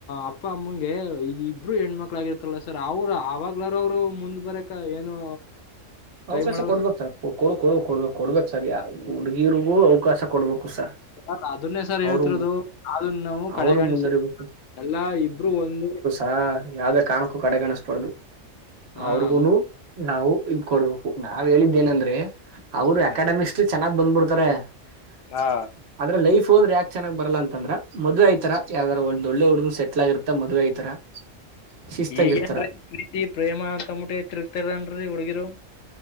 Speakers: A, on the left (about 85°); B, on the right (about 60°).
A: ಅಪ್ಪ ಅಮ್ಮಂಗೆ ಈ ಇಬ್ರು ಹೆಣ್ಮಕ್ಳಾಗಿರತ್ತಲ್ಲ ಸರ್ ಅವರು ಅವಾಗ್ಲಾರ ಅವ್ರು ಮುಂದ್ ಬರಕ್ ಕ್ಕ ಏನು
B: <inaudible>
A: ಟ್ರೈ
B: ಅವಕಾಶ
A: ಮಾಡಲ್ಲ
B: ಕೊಡ್ಬೇಕು ಸರ್ ಕೊಡು ಕೊಡು ಕೊಡ್ಬೇಕು ಕೊಡ್ಬೇಕು ಸರ್ ಯ ಹುಡ್ಗಿರಿಗೂ ಅವಕಾಶ ಕೊಡ್ಬೇಕು ಸರ್.
A: ಸ ಅದನ್ನೇ ಸರ್
B: ಅವರು
A: ಹೇಳ್ತಿರೋದು ಅದುನ್ ನಾವು ಕಡೆಗಾಣೀಸ್
B: ಅವರು ಮುಂದರಿಬೇಕು
A: ಎಲ್ಲಾ ಇಬ್ರು ಒಂದ್
B: ಹ ಯಾವ್ದೇ ಕಾರಣಕ್ಕೂ ಕಡೆಗಣಿಸ ಬಾರ್ದು
A: ಹಾ
B: ಅವ್ರಿಗುನು
A: ಮುಂದ್
B: ನಾವು ಇ ಕೊಡ್ಬೇಕು ನಾವ್ ಹೇಳಿದ್ದೇನಂದ್ರೆ ಅವ್ರು ಅಕಾಡೆಮಿಕ್ಸ್
A: ಸರ್.
B: ಲಿ ಚೆನ್ನಾಗ್ ಬಂದ್ಬಿಡ್ತಾರೆ. <inaudible>
A: ಹಾ
B: ಆದ್ರ ಲೈಫು ಅಂದ್ರೆ ಯಾಕ್ ಚನ್ನಾಗ್ ಬರಲ್ಲ ಅಂತಂದ್ರ ಮದ್ವೆ ಆತರ ಯಾವ್ದರ ಒಂದ್ ಒಳ್ಳೆ ಹುಡುಗ್ರು ಸೆಟ್ಲ್ ಆಗಿರತ್ತ ಮದ್ವೆ ಐತರ. <inaudible> ಶಿಸ್ತಾಗಿರ್ತಾರ
A: ಈಗೇನ್ರೀ ಪ್ರೀತಿ ಪ್ರೇಮ ಅಂತಂದ್ ಬಿಟ್ಟೆ ತಿರುಗ್ತಾರೇನ್ರಿ ಹುಡ್ಗಿರು.